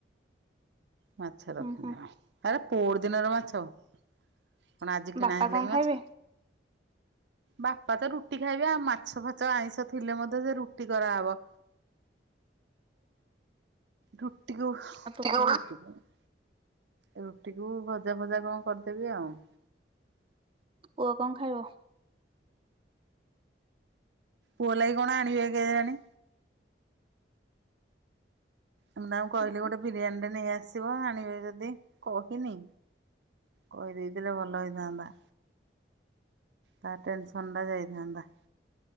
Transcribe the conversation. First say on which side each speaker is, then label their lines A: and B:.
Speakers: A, on the right (about 70°); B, on the right (about 30°).
A: ମାଛ ରଖିନି
B: ହୁଁ ହୁଁ
A: ଆଉ। କଣ ଆଜି କିଣା
B: ବାପା
A: ହେଇଥିଲା
B: କଣ
A: କି ମାଛ?
B: <inaudible>
A: ବାପା ତ ରୁଟି ଖାଇବେ। ଆଉ ମାଛ ଫାଛ ଆଇଁଷ ଥିଲେ ମଧ୍ୟ ସେ ରୁଟି କରାହବ।
B: <inaudible>
A: ରୁଟିକୁ <unintelligible>
B: ଖାଇବେ?
A: ରୁଟିକୁୁ ଭଜା ଫଜା କଣ କରିଦେବି ଆଉ।
B: ପୁଅ କଣ ଖାଇବ?
A: ପୁଅ ଲାଗି କଣ ଆଣିବେ କେଜାଣି? ମୁ ତାଙ୍କୁ କହିଲି
B: ହୁଁ
A: ଗୋଟେ ବିରିୟାନୀଟେ ନେଇ ଆସିବ, ଆଣିବେ ଯଦି କହନି। କହି ଦେଇଥିଲେ ଭଲ ହେଇଥାନ୍ତା ତା ଟେନସନଟା ଯାଇଥାନ୍ତା।